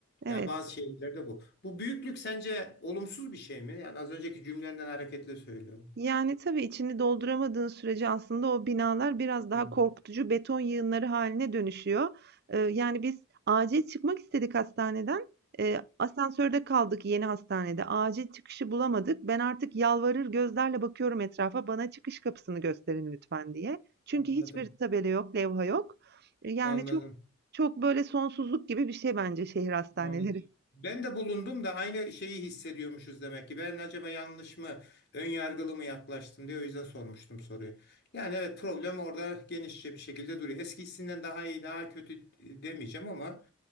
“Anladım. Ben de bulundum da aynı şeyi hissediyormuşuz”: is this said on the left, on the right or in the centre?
Left